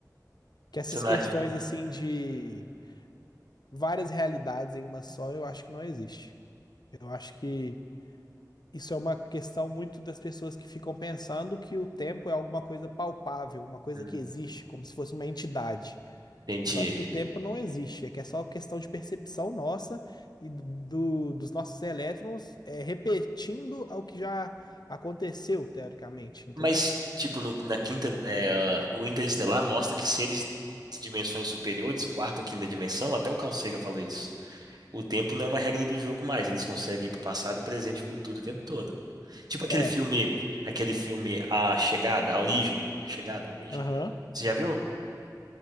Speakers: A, on the left; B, on the right.
A: Que essas
B: Você não
A: questões
B: acha? É.
A: assim de várias realidades em uma só, eu acho que não existe. Eu acho que Isso é uma questão muito das pessoas que ficam pensando que o tempo é alguma coisa palpável, uma coisa
B: Hum,
A: que existe, como se fosse uma entidade.
B: entendi.
A: Mas eu acho que o tempo não existe, é que é só questão de percepção nossa e do, dos nossos elétrons é, repetindo o que já aconteceu, teoricamente, entendeu?
B: Mas, tipo, no- na quinta, é, o Interestelar mostra que seres de dimensões superiores, quarta ou quinta dimensão, até o Carl Sagan falou isso. O tempo não é uma regra do jogo mais. Eles conseguem ir pro passado, presente e futuro o tempo todo. Tipo aquele
A: É.
B: filme, aquele filme A Chegada, A Origem, A Chegada, A Origem.
A: Aham.
B: Você já viu?